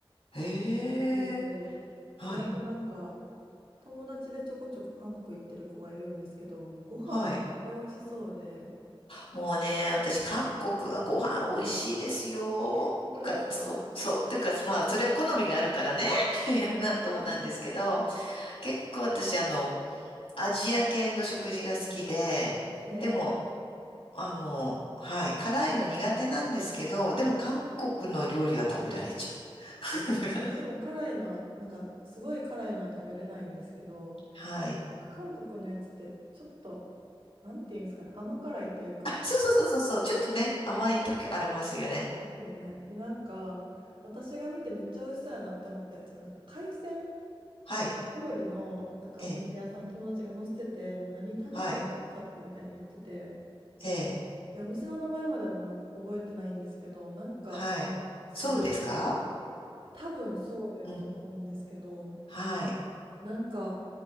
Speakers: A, on the left; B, on the right.
A: ええ。
B: 聞いて、
A: はい。
B: で、あとなんか友達でちょこちょこ韓国行ってる子がいるんですけど、もうご飯めっちゃ美味しそうで、
A: はい。もうね、私、韓国はご飯美味しいですよ。
B: えー、本当ですか
A: か、そう、そう、っていうか、まあ、それは好みがあるからね。<laughs> いやなんともなんですけど、
B: はい。<laughs>
A: 結構私、あの、アジア系の食事が好きで、
B: へ
A: でも、あの、はい、辛いの苦手なんですけど、でも韓国の料理は食べられちゃう。<laughs>
B: 私も辛いのは、なんかすごい辛いのは食べれないんですけど、
A: はい。
B: なんか韓国のやつってちょっと、なんていうんですかね、甘辛いというか、
A: あ、そうそうそうそうそう、ちょっとね、甘い時ありますよね。
B: ですよね。で、なんか私が見てめっちゃ美味しそうやなって思ったやつが、なんか海鮮
A: はい、
B: 料理のなんかお店屋さん友達が載せてて、
A: ええ、
B: もう何食べても美味しかったみたいに言ってて、
A: はい、ええ、
B: で、お店の名前まではまあ覚えてないんですけど、なんか、
A: はい。
B: その、
A: ソウルですか
B: 多分ソウルやと思うんですけど、
A: うん、はい。
B: なんか、